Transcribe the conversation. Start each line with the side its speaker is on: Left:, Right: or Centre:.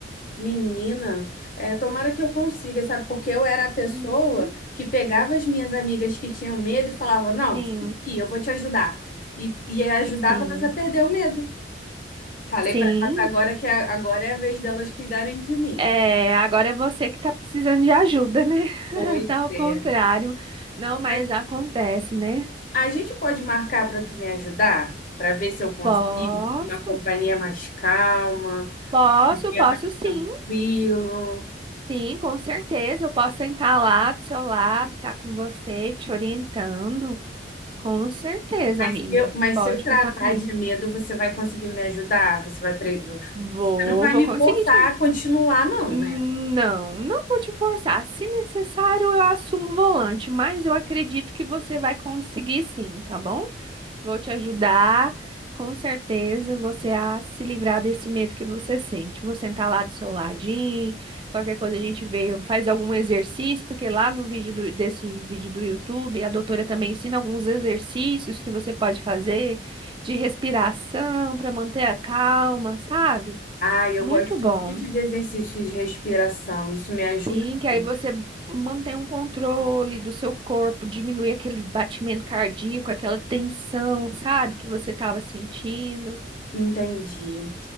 Left: Menina, é, tomara que eu consiga, sabe? Porque eu era a pessoa
Right: Uhum.
Left: que pegava as minhas amigas que tinham medo e falava: Não,
Right: Sim,
Left: aqui, eu vou te ajudar. E, e ajudava
Right: sim,
Left: elas a perder o medo. Falei
Right: sim.
Left: pra elas agora que a- agora é a vez delas cuidarem de mim.
Right: É, agora é você que tá precisando de ajuda, né? <laughs>
Left: Pois
Right: Tá ao
Left: é.
Right: contrário. Não, mas
Left: Mas
Right: acontece, né?
Left: a gente pode marcar para tu me ajudar, para ver se eu consigo
Right: Posso,
Left: uma companhia mais calma,
Right: posso,
Left: um dia
Right: posso
Left: mais
Right: sim.
Left: tranquilo.
Right: Sim, com certeza. Eu posso sentar lá do seu lado, estar com você, te orientando. Com certeza,
Left: Mas
Right: amiga.
Left: se eu, mas
Right: Pode
Left: se eu travar
Right: contar comigo.
Left: de medo, você vai conseguir me ajudar? Você vai, pre-
Right: Vou,
Left: você não vai
Right: vou
Left: me
Right: conseguir
Left: forçar
Right: te.
Left: a continuar, não,
Right: Não,
Left: né?
Right: não vou te forçar. Se necessário, eu assumo o volante, mas eu acredito que você vai conseguir sim, tá bom? Vou te ajudar, com certeza, você a se livrar desse medo que você sente. Vou sentar lá do seu ladinho, qualquer coisa a gente vê, faz algum exercício, porque lá no vídeo do- desse vídeo do YouTube, a doutora também ensina alguns exercícios que você pode fazer de respiração para manter a calma, sabe?
Left: Ah, eu
Right: Muito
Left: gosto
Right: bom.
Left: muito de exercícios de respiração. Isso me ajuda
Right: Sim, que aí
Left: muito.
Right: você mantém um controle do seu corpo, diminui aquele batimento cardíaco, aquela tensão, sabe, que você estava sentindo.
Left: Entendi.